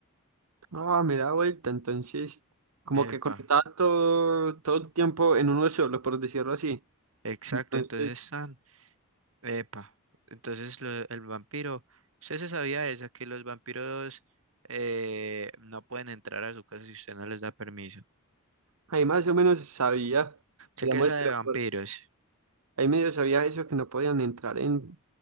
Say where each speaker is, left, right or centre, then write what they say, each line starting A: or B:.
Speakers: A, on the right (about 90°); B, on the right (about 65°).
A: Ah, me da vuelta, entonces como
B: Epa,
A: que conectaba todo, todo el tiempo en uno solo, por decirlo así.
B: exacto,
A: Entonces,
B: entonces... tan, Epa, entonces lo- el vampiro, usted se sabía esa, que los vampiros eh, no pueden entrar a su casa si usted no les da permiso.
A: ahí más o menos sabía,
B: Sé
A: digamos,
B: que esa
A: pero
B: de vampiros.
A: por, ahí medio sabía eso que no podían entrar en